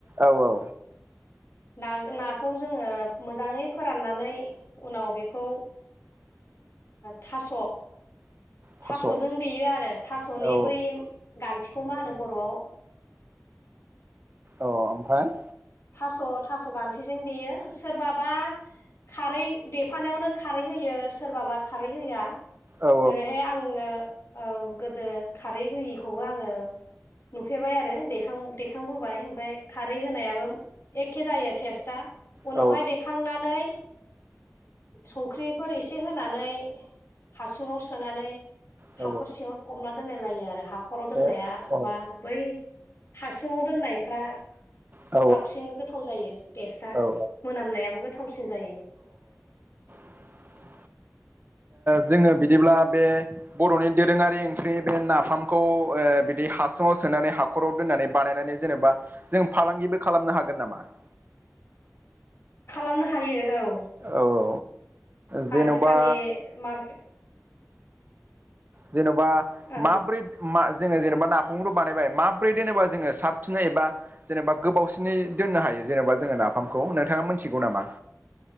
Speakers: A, on the right; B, on the left.
A: औ औ।
B: ना नाखौ जोङो मोजाङै फोराननानै उनाव बेखौ ओ थास'
A: थास'
B: थास'जों देयो आरो थास'नि
A: औ
B: बै गान्थिखौ मा होनो बर'आव
A: औ ओमफ्राय?
B: थास' थास' गान्थिजों देयो सोरबाबा खारै देफानायावनो खारै होयो सोरबाबा खारै होया
A: औ अ औ
B: जेरैहाय आङो औ गोदो खारै होयिखौबो आङो नुफेरबाय आरो देखांबोबाय ओमफफ्राय खारै होनायाबो एखे जायो टेस्टा उनावहाय
A: औ
B: देखांनानै संख्रिफोर एसे होनानै हासुङाव सोनानै
A: औ
B: हाखर सिङाव फबना दोनाय लायो आरो हाखर खराव दोननाया
A: ए औ
B: बा बै हासुुंङाव दोननायफ्रा
A: औ
B: साबसिन गोथाव जायो बेस्टआ
A: औ
B: मोनामनायाबो गोथावसिन जायो
A: <unintelligible> जोङो बिदिब्ला बे बर'नि दोरोङारि ओंख्रि बे नाफामखौ बिदि हासुुंङाव सोनानै हाख'राव दोननानै बानायनानै जेनेबा जों फालांगिबो खालामनो हागोन नामा <unintelligible>
B: खालामनो हायो औ
A: औ औ जेन'बा
B: आजिखालि मार्केट
A: जेन'बा
B: ओं
A: माबोरै जोङो जेनेबा नाफामखौथ' बानायबाय माब्रै दोनोबा जोङो साबसिन एबा जेनेबा गोबावसिननि दोन्नो हायो जेनेबा जोङो नाफामखौ नोंथाङा मोनथिगौ नामा?